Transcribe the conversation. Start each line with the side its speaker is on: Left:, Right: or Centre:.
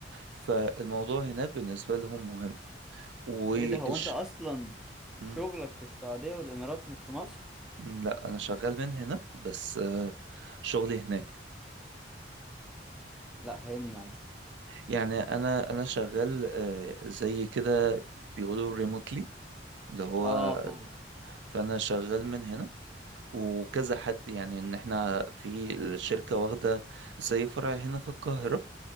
Right: فالموضوع هناك بالنسبة لهم مهم وإش...
Centre: ايه ده هو انت اصلا
Right: م-
Centre: شغلك في السعودية والامارات مش في مصر
Right: م- لا أنا شغال من هنا بس آه، شغلي هناك
Centre: لا فهمني معلش
Right: يعني أنا أنا شغال آه، زي كده بيقولوا ريموتلي اللي هو
Centre: اه فاهم
Right: فأنا شغال من هنا وكذا حد يعني إن إحنا في الشركة واخدة زي فرع هنا في القاهرة